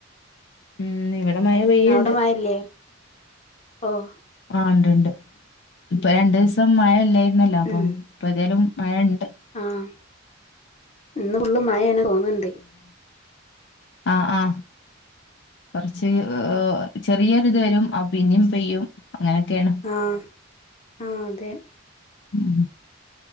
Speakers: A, on the left (about 60°); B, on the left (about 35°).
A: ഉം ഇവിടെ മഴ
B: ഉം
A: പെയ്യ്ണ്ട്
B: അവിടെ മയല്ലേ ഓഹ്
A: ആഹ് ഇണ്ട്ണ്ട് ഇപ്പൊ രണ്ടു ദിവസം മഴ ഇല്ലായിരുന്നല്ലോ അപ്പൊ
B: ഉം
A: ഇപ്പ തായാലും മഴ ഇണ്ട്
B: ആഹ് ഇന്ന് ഫുള്ള് മായയാണ് തോന്നണ്ട്
A: ആഹ് ആഹ് കൊറച്ച് ഏഹ് ചെറിയൊരു ഇത് വരും അപ് പിന്നേം പെയ്യും അങ്ങനൊക്കെയാണ്
B: ആഹ് ആഹ് അതെ
A: ഉം